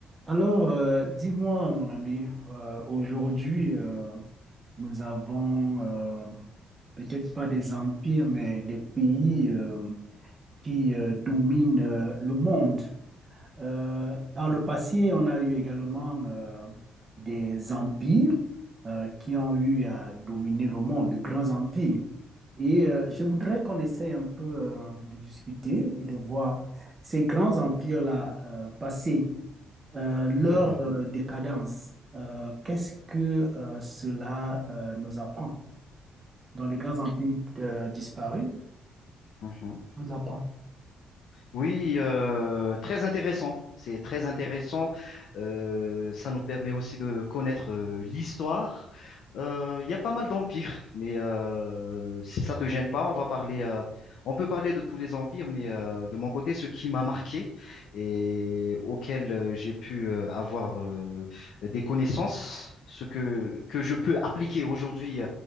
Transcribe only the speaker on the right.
Alors, euh, dis-moi, mon ami, euh, aujourd'hui, euh, nous avons euh, peut-être pas des empires, mais des pays euh, qui euh, dominent euh, le monde. Euh, par le passé, on a eu également euh, des empires euh, qui ont eu à dominer le monde, de grands empires. Et euh, je voudrais qu'on essaye un peu euh, de discuter et de voir ces grands empires-là euh, passer. Euh, leur
euh, décadence, euh, qu'est-ce que euh, cela euh, nous apprend? Dans les grands empires euh, disparus,
ça apprend.